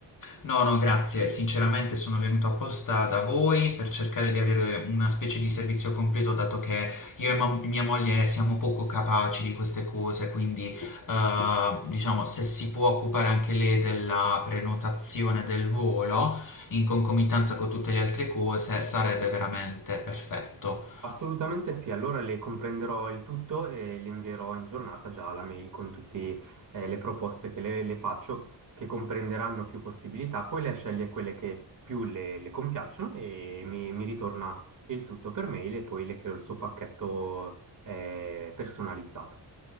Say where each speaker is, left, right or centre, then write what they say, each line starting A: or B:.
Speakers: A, on the left (about 50°); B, on the right (about 50°).
A: No, no, grazie. Sinceramente sono venuto apposta da voi per cercare di avere una specie di servizio completo, dato che io e ma- mia moglie siamo poco capaci di queste cose, quindi eh, diciamo se si può occupare anche lei della prenotazione del volo in concomitanza con tutte le altre cose, sarebbe veramente perfetto.
B: Assolutamente sì, allora le comprenderò il tutto e le invierò in giornata già la mail con tutte le proposte che le, le faccio, che comprenderanno più possibilità. Poi lei sceglie quelle che più le, le compiacciono e mi, mi ritorna il tutto per mail e poi le creo il suo pacchetto eh, personalizzato.